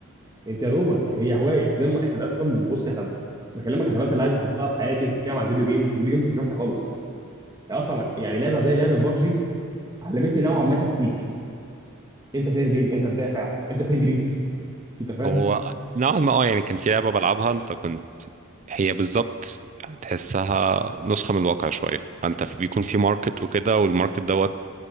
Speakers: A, on the right; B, on the right.
A: انت يا دوبك هي هوايه زي ما احنا اصلا بص احنا بكلمك عن الهوايات اللي عايز احطها في حياتي انت بتتكلم عن الفيديو جيمز الفيديو جيمز مش وحشه خالص هي اصلا يعني لعبه زي لعبه بابجي علمتني نوعا ما تكتيك انت تهجم انت تدافع انت تجري <laughs> انت فاهم
B: هو نوعا ما اه يعني كان في لعبة بلعبها انت كنت هي بالظبط تحسها نسخة من الواقع شوية انت في- بيكون في ماركت وكده والماركت دوت